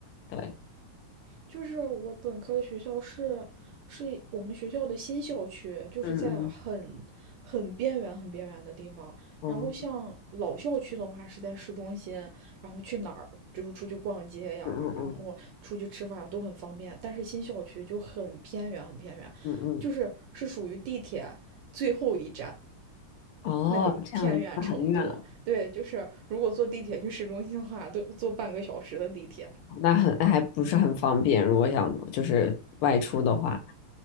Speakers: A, on the left (about 80°); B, on the right (about 75°).
A: 对，
B: 就是我本科学校是是我们学校的新校区，就是在很很边缘、
A: 嗯嗯
B: 很边缘的地方。
A: 嗯
B: 然后像老校区的话是在市中心，然后去哪儿就是出去逛街呀，
A: 嗯嗯嗯
B: 然后出去吃饭都很方便。但是新校区就很偏远、很偏远，
A: 嗯嗯，
B: 就是是属于地铁最后一站。
A: 哦，
B: 那种偏远程度，
A: 这样那很远，
B: 对，就是如果坐地铁去市中心的话，都要坐半个小时的地铁。
A: 那很那还不是很方便。如果想就是外出的话，